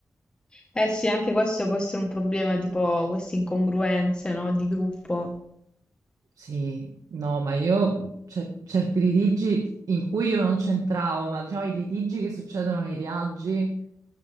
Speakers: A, on the left; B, on the right.
A: Eh sì, anche questo può essere un problema, tipo queste incongruenze, no, di gruppo.
B: Sì, no, ma io cioè, certi litigi in cui io non c'entravo, ma diciamo i litigi che succedono nei viaggi.